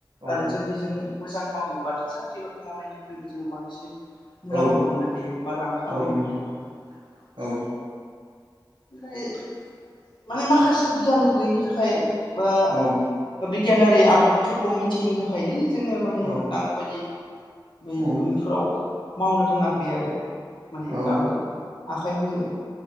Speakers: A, on the right; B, on the left.
A: औ
B: आरो जुदि जों मोजां मावोबाथ' साख्रि बाख्रि मावनायनिख्रुइबो जोङो बांसिन मुलाम्फा
A: औ
B: मोननो हायो बा रां खामायनो
A: औ नंगौ
B: हायो
A: औ
B: अ है माने माखासे गियान गैयिनि थाखाय बा
A: औ
B: अनेख गियानारि आदबफोरखौ मिनथियैनि थाखायनो जोङो माने
A: औ
B: नांगौबायदि बे
A: औ
B: बै फोराव मावनो रोङाखै आरो माने
A: औ
B: दाबो आ थायनो